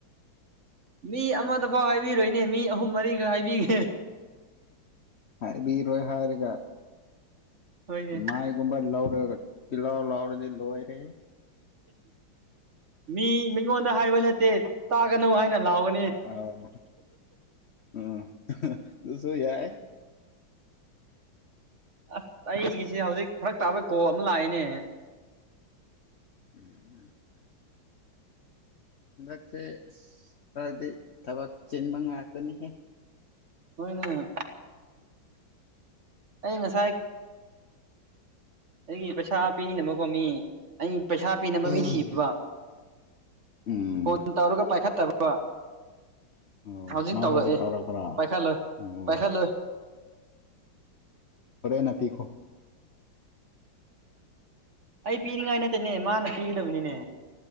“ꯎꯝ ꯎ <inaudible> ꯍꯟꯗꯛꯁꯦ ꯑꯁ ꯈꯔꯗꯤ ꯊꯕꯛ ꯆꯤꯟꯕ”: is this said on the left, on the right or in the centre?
Left